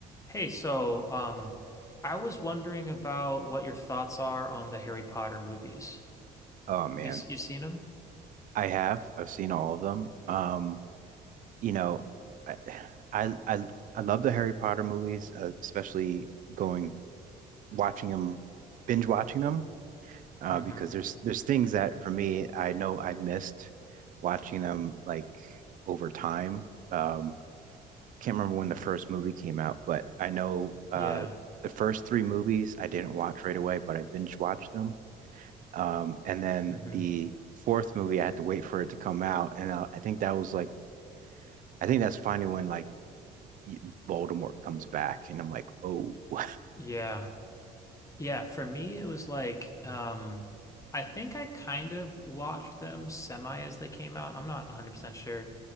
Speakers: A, on the left (about 20°); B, on the right (about 50°).
A: Hey, so um, I was wondering about what your thoughts are on the Harry Potter movies.
B: Oh man,
A: Have you s- you seen them?
B: I have. I've seen all of them. Um, you know, I I I, I love the Harry Potter movies, uh, especially going watching them, binge watching them, uh,
A: Mm-hmm.
B: because there's there's things that for me I know I missed watching them like over time. Um, I can't remember when the first movie came out, but I know uh
A: Yeah.
B: the first three movies I didn't watch right away, but I binge watched them. Um, and then
A: Mm-hmm.
B: the fourth movie, I had to wait for it to come out, and I, I think that was like, I think that's finally when like y- Voldemort comes back, and I'm like, oh, <laughs>
A: Yeah. Yeah. For me, it was like um, I think I kind of watched them semi as they came out. I'm not 100% sure